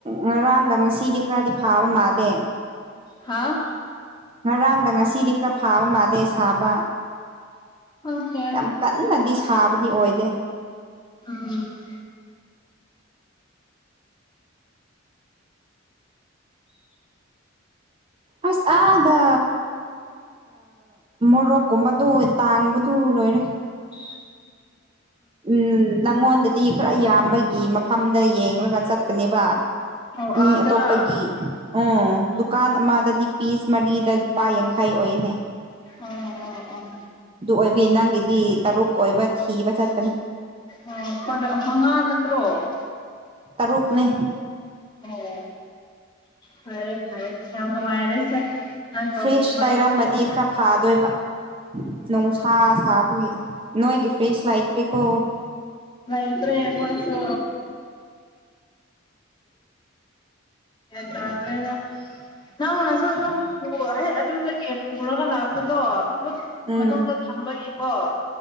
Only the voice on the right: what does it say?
ꯉꯔꯥꯡꯒ ꯉꯁꯤꯗꯤ ꯈꯔꯗꯤ ꯐꯥꯕ ꯃꯥꯜꯂꯦ
ꯉꯔꯥꯡꯒ ꯉꯁꯤꯗꯤ ꯈꯔ ꯐꯥꯕ ꯃꯥꯜꯂꯦ ꯁꯥꯕ
ꯌꯥꯝ ꯀꯟꯅꯗꯤ ꯁꯥꯕꯗꯤ ꯑꯣꯏꯗꯦ
ꯑꯁ ꯑꯥꯗ ꯃꯣꯔꯣꯛꯀꯨꯝꯕꯗꯣ ꯇꯥꯡꯕꯗꯨ ꯂꯣꯏꯔꯦ
ꯎꯝ ꯅꯪꯉꯣꯟꯗꯗꯤ ꯈꯔ ꯏꯌꯥꯝꯕꯒꯤ ꯃꯐꯝꯗ ꯌꯦꯡꯂꯒ ꯆꯠꯄꯅꯦꯕ
ꯃꯤ
ꯑꯇꯣꯞꯄꯒꯤ ꯎꯝ ꯗꯨꯀꯥꯟ ꯑꯃꯗꯗꯤ ꯄꯤꯁ ꯃꯔꯤꯗ ꯂꯨꯄꯥ ꯌꯥꯡꯈꯩ ꯑꯣꯏꯅꯦ
ꯑꯗꯨ ꯑꯣꯏꯕꯤ ꯅꯪꯒꯤꯗꯤ ꯇꯔꯨꯛ ꯀꯣꯏꯕ ꯊꯤꯕ ꯆꯠꯄꯅꯤ
ꯇꯔꯨꯛ ꯄꯅꯤ
ꯐ꯭ꯔꯤꯖ
ꯂꯩꯔꯝꯃꯗꯤ
ꯈꯔ ꯐꯥꯗꯣꯏꯕ ꯅꯨꯡꯁꯥ ꯁꯥꯕꯤ ꯅꯣꯏꯒꯤ ꯐ꯭ꯔꯤꯖ ꯂꯩꯇ꯭ꯔꯦꯀꯣ
ꯎꯝ